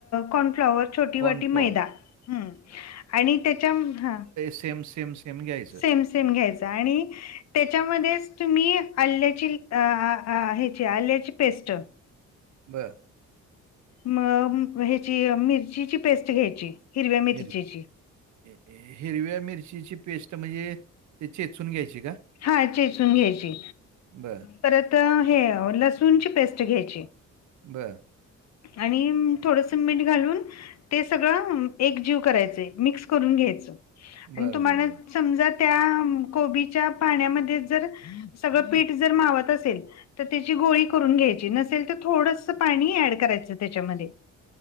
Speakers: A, on the left; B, on the right.
A: कॉर्नफ्लॉवर छोटी
B: कॉर्नफ्लॉवर
A: वाटी मैदा ह आणि त्याच्या हा
B: स एम सेम सेम घ्यायचं.
A: सेम सेम घ्यायचा आणि त्याच्यामध्येच तुम्ही आल्याची ह्याची आल्याची पेस्ट
B: बरं
A: म ह्याची मिरचीची पेस्ट घ्यायची. हिरव्या मिरचीची
B: मिरी ए हिरव्या मिरचीची पेस्ट म्हणजे ते चेचून घ्यायची का?
A: हा चेचून घ्यायची
B: बरं,
A: परत हे लसूणची पेस्ट घ्यायची.
B: बरं
A: आणि थोडंसं मीठ घालून ते सगळ एक जीव करायच मिक्स करून घ्यायचं
B: बरं,
A: आणि तुम्हाला
B: बरं, बरं.
A: समजा त्या कोबीच्या पाण्यामध्ये जर सगळं पीठ जर मावत असेल. तर त्याची गोळी करून घ्यायची नसेल तर थोडंसं पाणी ऍड करायचं त्याच्यामध्ये